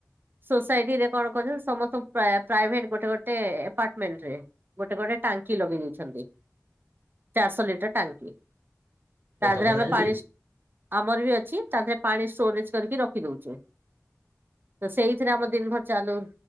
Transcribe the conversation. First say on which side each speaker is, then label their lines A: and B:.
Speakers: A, on the right; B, on the right.
A: ସୋସାଇଟି ରେ କଣ କରୁଛନ୍ତି ସମସ୍ତଙ୍କ ପ୍ରାଇ ପ୍ରାଇଭେଟ ଗୋଟେ ଗୋଟେ ଆପାର୍ଟମେଣ୍ଟ ରେ ଗୋଟେ ଗୋଟେ ଟାଙ୍କି ଲଗେଇ ଦେଇେଛନ୍ତି ଚାରିଶହ ଲିଟର ଟାଙ୍କି। ତା
B: ତମର
A: ଥିରେ ଆମେ
B: ନାହିଁ କି
A: ପାଣି ଆମର ବି ଅଛି ତାହା ଥିରେ ପାଣି ଷ୍ଟୋରେଜ କରିକି ରଖି ଦଉଛୁ। ତ ସେଇଥିରେ ଆମ ଦିନ ଭର ଚାଲୁ